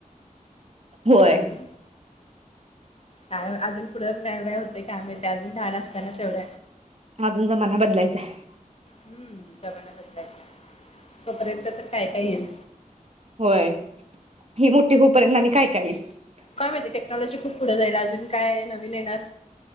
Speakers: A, on the right; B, on the left.
A: होय
B: आणि काय आजून पुढं काय काय होतेय काय माहीती आजून लहान असतानाच एवढ
A: आजून जमाना बदलायचा हाय
B: हुं जमाना बदलायचा हाय तोपर्यंत तर काय, काय ईल
A: होय ही मोठी हूपर्यंत आणि काय, काय येईल? <unintelligible>
B: काय माहिती टेक्नॉलॉजी खूप पुढं जाईल आजून काय नवीन येणार